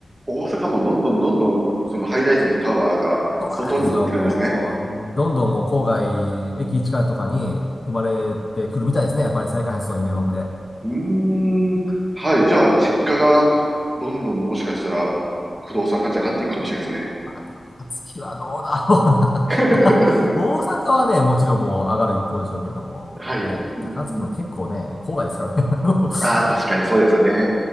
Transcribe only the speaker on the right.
大阪もどんどんどんどん、そのハイライズのタワーが外に行ってるんですね。
うーん。はい。じゃあ、実家がどんどんもしかしたら、不動産価値上がっていくかもしれないですね。
<laughs>
はい。
うんうん
ああ、確かにそうですよね。